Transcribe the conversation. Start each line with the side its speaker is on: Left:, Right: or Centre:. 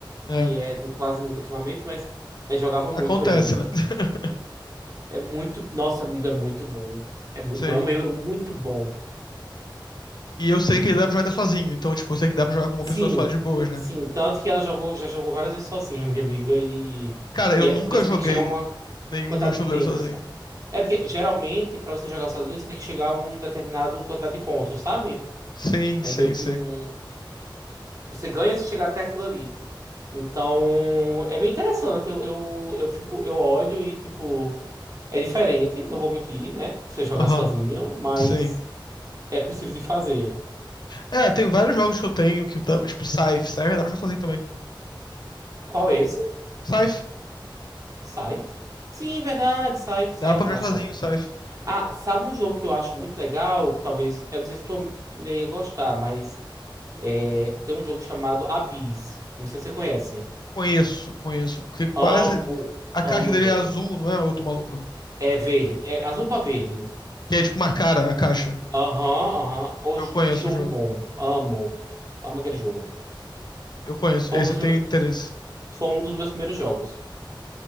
Left: É,
Right: E é quase nunca ultimamente, mas eu jogava muito
Left: acontece,
Right: ele.
Left: né? <laughs>
Right: É muito. Nossa, amigo, é muito bom. É muito
Left: Sim.
Right: bom, é um euro muito bom.
Left: E eu sei que ele dá pra jogar até sozinho, então, tipo, eu sei que dá pra jogar com uma
Right: Sim,
Left: pessoa só de boas, né?
Right: sim. Tanto que ela jogou, já jogou várias vezes sozinha, minha amiga, e,
Left: Cara,
Right: e
Left: eu
Right: é
Left: nunca
Right: porque você
Left: joguei
Right: tem que chegar a uma
Left: nenhum
Right: quantidade
Left: jogo de tabuleiro
Right: de tempo,
Left: sozinho.
Right: sabe? É porque geralmente, pra você jogar sozinho, você tem que chegar a um determinado quantidade de pontos, sabe?
Left: Sim,
Right: É
Left: sim,
Right: meio que
Left: sim.
Right: um. Você ganha se chegar até aquilo ali. Então, é bem interessante. Eu, eu, eu fico, eu olho e, tipo, é diferente, não vou mentir, né? Você jogar
Left: Aham,
Right: sozinho, mas
Left: sim.
Right: é possível de fazer.
Left: É, tem vários jogos que eu tenho que dá, tipo Scythe. Scythe dá pra jogar sozinho também.
Right: Qual é esse?
Left: Scythe,
Right: Scythe? Sim, verdade, Scythe, Scythe,
Left: dá pra jogar
Right: nossa.
Left: sozinho, Scythe.
Right: Ah, sabe um jogo que eu acho muito legal, que talvez, eu não sei se tua mulher ia gostar, mas é, tem um jogo chamado Abyss. Não sei se você conhece.
Left: Conheço, conheço. Tem quase.
Right: Amo,
Left: A caixa
Right: amo
Left: dele
Right: o jogo.
Left: é azul, não é, outro maluco?
Right: É verde, é azul pra verde.
Left: Que é tipo uma cara, a caixa.
Right: Aham, aham. Hoje,
Left: Eu conheço
Right: que jogo
Left: o jogo.
Right: bom. Amo. Amo aquele jogo.
Left: Eu conheço.
Right: Foi
Left: Esse
Right: um dos,
Left: eu tenho
Right: me-
Left: interesse.
Right: foi um dos meus primeiros jogos.